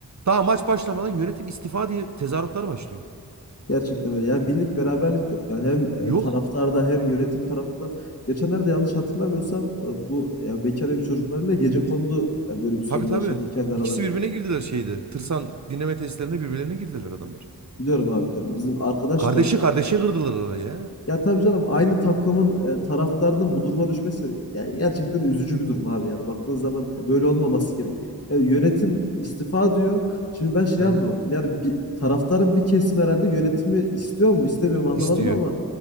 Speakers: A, on the right (about 50°); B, on the left (about 40°).
A: daha maç başlamadan yönetim istifa diye tezahüratlar başlıyor.
B: Gerçekten öyle. Yani birlik beraberlik yok. Yani hem
A: Yok.
B: e, taraftarda hem yönetim tarafından. Geçenlerde yanlış hatırlamıyorsam e, bu ya bekar evi çocuklarıyla gecekondu e, böyle bir sorun
A: Tabii tabii.
B: yaşadı kendi aralarında.
A: İkisi birbirine girdiler şeyde. Tırsan dinleme testlerinde birbirlerine girdiler adamlar.
B: Biliyorum abi diyorum. Bizim arkadaş
A: Kardeşi
B: da orada
A: kardeşi kırdılar araya.
B: Ya tabii canım aynı takımın e, taraftarının bu duruma düşmesi yani gerçekten üzücü bir durum abi yani baktığın zaman e, böyle olmaması gerek. Yani yönetim istifa diyor. Şimdi ben şey
A: Hı
B: anlamadım.
A: hı.
B: Yani bir, taraftarın bir kesimi herhalde yönetimi istiyor mu istemiyor mu anlamadım
A: İstiyor.
B: ama